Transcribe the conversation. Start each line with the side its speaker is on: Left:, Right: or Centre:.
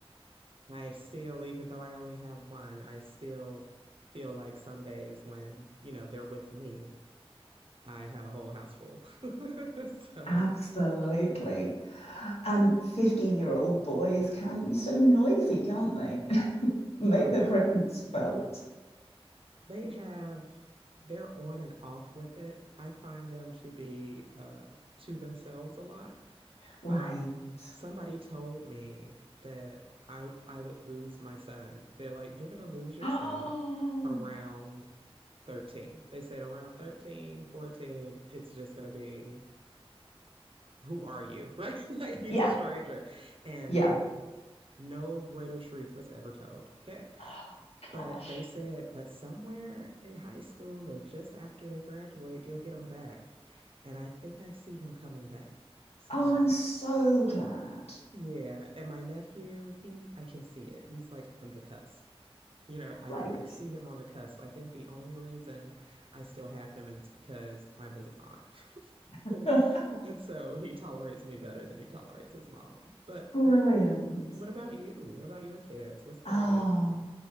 Right: I still, even though I only have one, I still feel like some days when, you know, they're with me, I have a whole house full. <laughs> So,
Left: absolutely. And 15-year-old boys can be so noisy, can't they? <laughs> Make
Right: uh,
Left: their presence felt.
Right: they have, they're on and off with it. I find them to be uh, to themselves a lot.
Left: Right.
Right: Um,
Left: <gasps>
Right: somebody told me that I I would lose my son. They're like, you're gonna lose your
Left: Oh.
Right: son around 13. They said around 13, 14. it's just gonna be who are you? Right? <laughs> like he's
Left: Yeah,
Right: a stranger. And
Left: yeah.
Right: no greater truth was ever told. Okay.
Left: Oh, gosh.
Right: But they said, but somewhere in high school or just after they graduate, you'll get him back. And I think I see him coming back. So,
Left: Oh, I'm so glad.
Right: yeah. And my nephew, he, I can see it. He's like on the cusp. You know, I,
Left: Right.
Right: I see him on the cusp. I think the only reason I still have him is because I'm his aunt.
Left: <laughs>
Right: <laughs> and so he tolerates me better than he tolerates his mom. But
Left: Brilliant.
Right: What about you? What about your kids? What's their
Left: Oh,
Right: ages?